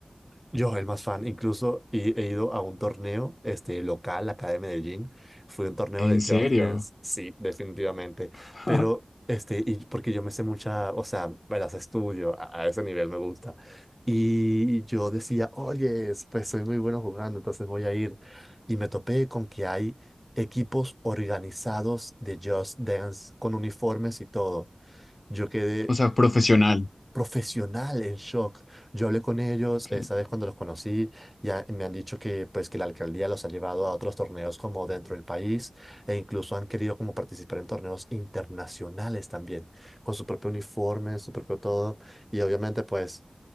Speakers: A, in the centre; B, on the left.
A: Yo, el más fan, incluso he, he ido a un torneo este, local acá de Medellín. Fui a un torneo
B: ¿En
A: de
B: serio?
A: Just Dance, sí, definitivamente.
B: <laughs>
A: Pero, este, y porque yo me sé mucha, o sea, me las estudio, a, a ese nivel me gusta. Y yo decía, oye, pues soy muy bueno jugando, entonces voy a ir. Y me topé con que hay equipos organizados de Just Dance con uniformes y todo. Yo quedé
B: O sea, profesional.
A: profesional el shock. Yo hablé con ellos,
B: Ok.
A: eh, sabes, cuando los conocí, ya me han dicho que pues que la alcaldía los ha llevado a otros torneos como dentro del país e incluso han querido como participar en torneos internacionales también, con su propio uniforme, su propio todo y obviamente pues